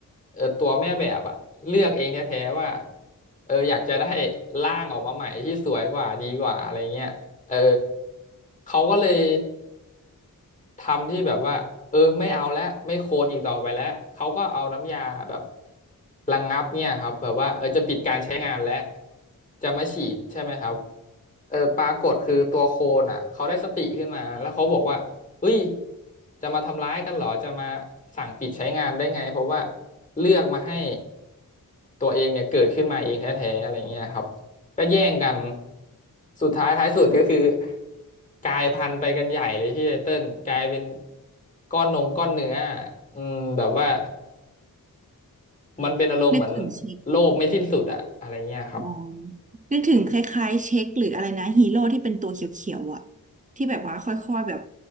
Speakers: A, on the left; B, on the right.
A: เออตัวแม่แบบอ่ะเลือกเองแท้ๆว่าเอออยากจะได้ร่างออกมาใหม่ที่สวยกว่าดีกว่าอะไรเงี้ยเออเขาก็เลย ทำที่แบบว่าเออไม่เอาแล้วไม่โคลนอีกต่อไปแล้วเขาก็เอาน้ำยาแบบระงับเนี่ยครับแบบว่าเออจะปิดการใช้งานแล้วจะมาฉีดใช่ไหมครับเออปรากฏคือตัวโคลนอ่ะเขาได้สติขึ้นมาแล้วเขาบอกว่าเฮ้ยจะมาทำร้ายกันเหรอจะมาสั่งปิดใช้งานได้ไงเพราะว่าเลือกมาให้ตัวเองเนี่ยเกิดขึ้นมาเองแท้ๆอะไรเงี้ยครับ ก็แย่งกัน สุดท้ายท้ายสุดก็คือกลายพันธุ์ไปกันใหญ่เลยพี่ไตเติ้ลกลายเป็นก้อนนงก้อนเนื้ออืมแบบว่ามันเป็นอารมณ์เหมือน
B: นึกถึงชี
A: โลภไม่สิ้นสุดอะอะไรเงี้ยครับ
B: อ๋อนึกถึงคล้ายๆเช็คหรืออะไรนะฮีโร่ที่เป็นตัวเขียวๆอ่ะที่แบบว่าค่อยๆแบบ